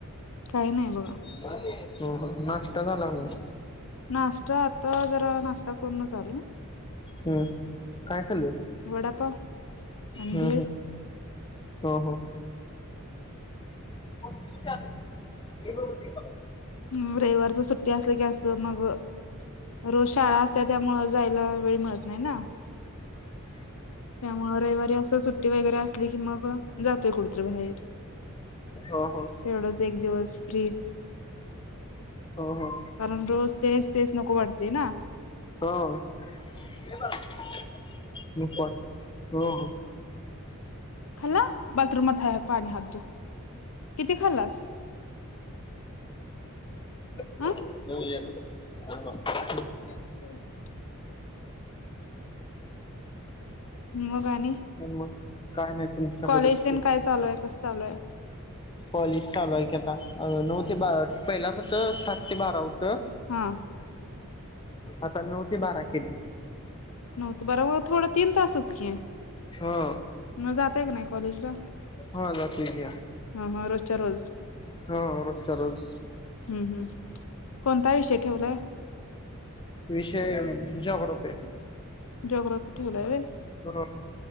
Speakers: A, on the left (about 70°); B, on the left (about 20°).
A: काही नाही बघा.
B: <unintelligible> हम. नाश्ता झाला काय नाही?
A: नाश्ता आता जरा नाश्ता करूणच आलो.
B: हम्म. काय खाल्ल?
A: वडापाव आणि
B: हम्
A: भेळ.
B: हम्म. हो हो. <unintelligible>
A: ह रविवारच सुट्टी असल की असं मग रोज शाळा असत्या, त्यामुळ जायला वेळ मिळत नाही ना. त्यामुळे रविवारी असं सुट्टी वगैरे असली की मग, अ जातोय कुठतरी बाहेर.
B: हो हो
A: तेवढच एक दिवस फ्री.
B: हो हो.
A: कारण रोज तेच तेच नको वाढते ना.
B: हा हो. <unintelligible> नको वाटते. हो हो
A: खाल्लं? बाथरूम मध्ये पाणी, हात धु. किती खाल्लास?
B: <unintelligible>
A: अ अच <unintelligible> मग आणि,
B: हो मग काय नाही तुमच्याकडच
A: कॉलेजन
B: की
A: काय चालू आहे, कसं चालू आहे.
B: कॉलेज चालू आहे की आता. नऊ ते बारा, पहिला कसं सात ते बारा होतं.
A: हा.
B: आता नऊ ते बारा केलंय.
A: नऊ ते बारा म्हणजे थोडं तीन तासच की.
B: हो.
A: मग जातय का नाही कॉलेजला?
B: हा जातोय की.
A: हा हा रोजच्या रोज
B: हो रोजच्या रोज.
A: हम् हम्. कोणता विषय ठेवलाय?
B: विषय, जॉग्रफी आहे.
A: जॉग्रफी ठेवलाय व्हय.
B: हो